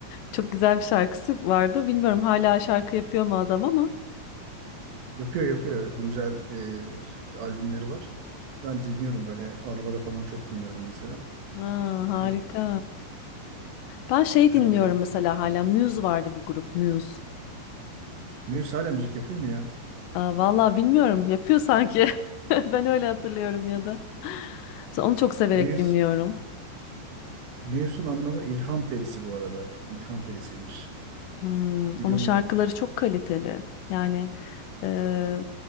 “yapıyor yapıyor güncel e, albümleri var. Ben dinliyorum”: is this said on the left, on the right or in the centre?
Right